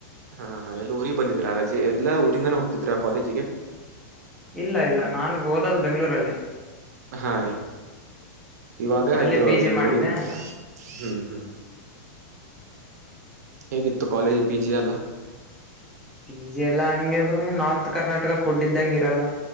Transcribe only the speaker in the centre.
ಇಲ್ಲ ಇಲ್ಲ ನಾನು ಓದೊದ್ದು ಬೆಂಗಳೂರಲ್ಲಿ
ಅಲ್ಲೇ
ಪಿ ಜಿ
ಮಾಡಿದ್ದೆ
ಪಿಜಿ ಎಲ್ಲಾ ಹಂಗ ಬ್ರೋ ನಾರ್ತ್ ಕರ್ನಾಟಕ ಫುಡ್ ಇದ್ದಂಗಿರಲ್ಲ